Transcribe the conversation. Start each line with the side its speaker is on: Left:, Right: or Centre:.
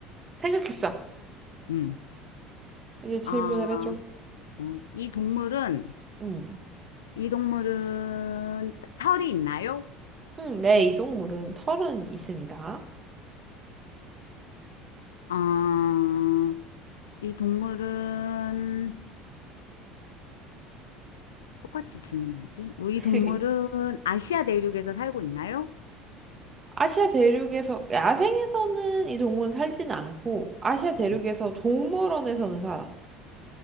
Right: 생각했어.
Left: 음.
Right: 이제 질문을
Left: 아,
Right: 해줘.
Left: 음. 이 동물은,
Right: 응.
Left: 이 동물은 털이 있나요?
Right: 응, 내 이동물은 털은 있습니다.
Left: 아, 이 동물은 똑같이 질문해야지. 뭐 이
Right: <laughs>
Left: 동물은 아시아 대륙에서 살고 있나요?
Right: 아시아 대륙에서, 야생에서는 이 동물은 살진 않고, 아시아 대륙에서
Left: 음.
Right: 동물원에서는 살아.